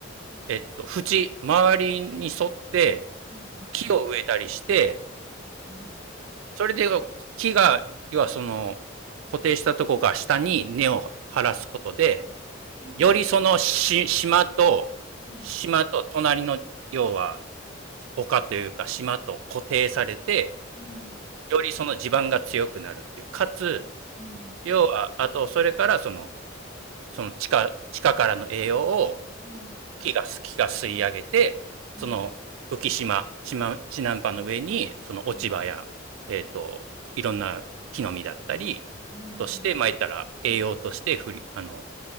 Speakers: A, in the centre; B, on the right.
A: うん、
B: えっと、縁、周りに沿って
A: うん、うん、
B: 木を植えたりして、
A: おう。
B: それで木が、要はその、固定したとこが下に根を張らすことで、
A: ああ、なるほど。
B: よりそのし島と、
A: はい。
B: 島と隣の、要は、丘というか島と固定されて、
A: うん、
B: よりその地盤が強くなるっていう。かつ、
A: うん、
B: 要は、あと、それから、その、その地下、地下からの栄養を
A: うん、
B: 木が、木が吸い上げて、
A: うん、
B: その浮島、地ま、地南波の上に、その落ち葉や、
A: うん、
B: えっ、と、いろんな木の実だったり、
A: うん、
B: として、まあ、言ったら栄養として降り、あの、